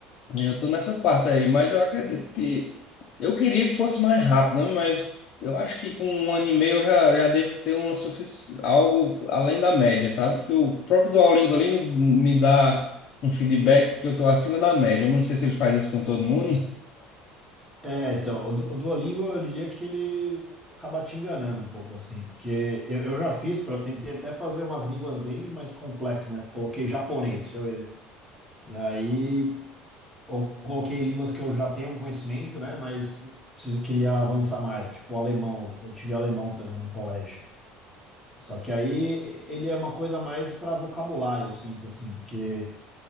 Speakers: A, on the left; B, in the centre.
A: eu estou nessa parte aí, mas eu acredito que eu queria que fosse mais rápido, né? Mas eu acho que com um ano e meio eu já, já devo ter uma sufici... algo além da média, sabe? Porque o próprio Duolingo ali me, me dá um feedback que eu estou acima da média. Eu não sei se ele faz isso com todo mundo.
B: É, então, o Du- o Duolingo eu diria que ele acaba te enganando um pouco assim, porque eu, eu já fiz para tentei até fazer umas línguas bem mais complexas, né? Coloquei japonês, deixa eu ver. E aí, ou coloquei línguas que eu já tenho um conhecimento, né? Mas preciso, queria avançar mais, tipo alemão, eu tive alemão também no colégio. Só que aí ele é uma coisa mais para vocabulário, eu sinto assim, porque